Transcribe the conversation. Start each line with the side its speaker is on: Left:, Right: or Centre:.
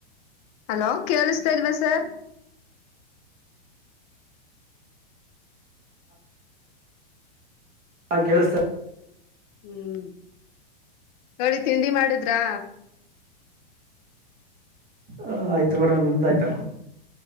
Left: ಹಲೋ ಕೇಳಿಸತಾ ಇಲ್ವಾ ಸರ್
Right: ಹಾ ಕೇಳಿಸತ
Left: ಹ್ಮ್ ನೋಡಿ ತಿಂಡಿ ಮಾಡುದ್ರಾ
Right: ಹ ಆಯ್ತು ಮೇಡಮ ನಿಮ್ದ ಆಯ್ತಾ